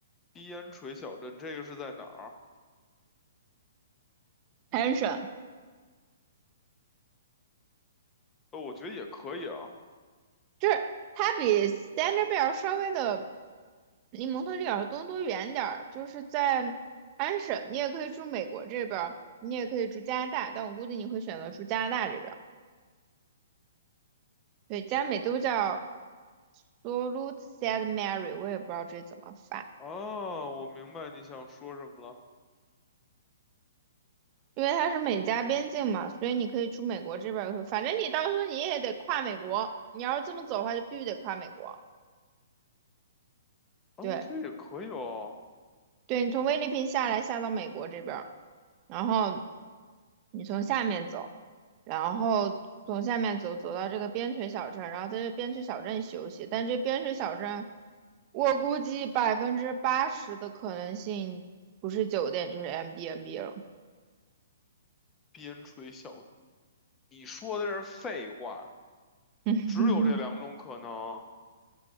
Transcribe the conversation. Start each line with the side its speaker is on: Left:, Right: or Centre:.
Left: 边陲小镇，这个是在哪儿？
Right: 安省，
Left: 哦，我觉得也可以啊。
Right: 就是它比 Standard Bell 稍微的离蒙特利尔和多伦多远点儿，就是在安省，你也可以住美国这边儿，你也可以住加拿大，但我估计你会选择住加拿大这边。对，加美都叫 Sault s a i d Mary，我也不知道这怎么发，
Left: 啊，我明白你想说什么了。
Right: 因为它是美加边境嘛，所以你可以出美国这边儿也会反正你到时候你也得跨美国，你要是这么走的话，就必须得跨美国。
Left: 啊，
Right: 对，
Left: 我觉得也可以哦。
Right: 对，你从菲律宾下来下到美国这边儿，然后你从下面走，然后从下面走走到这个边陲小镇，然后在这边陲小镇休息，但这边陲小镇。我估计百分之八十的可能性不是酒店就是 M b n b 了。
Left: 边陲小，你说的这是废话，
Right: <laughs>
Left: 只有这两种可能。